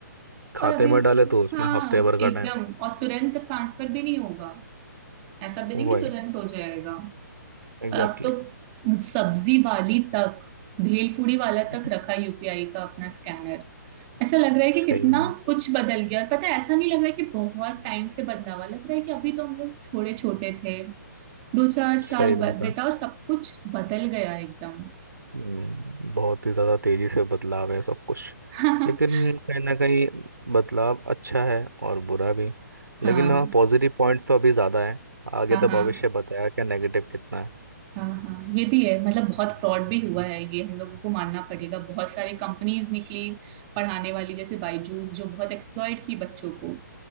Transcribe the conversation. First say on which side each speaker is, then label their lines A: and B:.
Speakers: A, on the right (about 85°); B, on the right (about 30°).
A: खाते
B: और अभी
A: में डाले तो उसमें
B: हाँ
A: हफ्ते भर का
B: एकदम
A: टाइम
B: और तुरंत ट्रांसफर भी नहीं होगा ऐसा भी नहीं
A: वही
B: कि तुरंत हो जाएगा
A: एग्जैक्टली
B: और अब तो
A: <laughs>
B: सब्जी वाली तक भेलपूरी वाला
A: exactly.
B: तक रखा यूपीआई का अपना स्कैनर ऐसा लग रहा है कि
A: सही
B: कितना
A: बात
B: कुछ बदल गया और पता है ऐसा नहीं लग रहा है कि बहुत टाइम से बदलावा लग रहा है कि अभी तो हम लोग थोड़े छोटे थे दो चार साल
A: सही
B: ब-
A: बात
B: बीता
A: है
B: और सब कुछ बदल गया एकदम
A: हम्म, बहुत ही ज़्यादा तेज़ी से बदलाव है सब कुछ
B: <laughs>
A: लेकिन कहीं ना कहीं बदलाव अच्छा है और बुरा भी
B: हाँ
A: लेकिन हाँ पॉजिटिव पॉइंट्स तो अभी ज़्यादा है आगे
B: हाँ
A: तो भविष्य
B: हाँ
A: बताया क्या नेगेटिव कितना है
B: हाँ हाँ ये भी है मतलब बहुत फ्रॉड भी हुआ है ये हम लोगों को मानना पड़ेगा बहुत सारे कंपनीज निकली पढ़ाने वाली जैसे बायजूस जो बहुत एक्सप्लॉइट की बच्चों को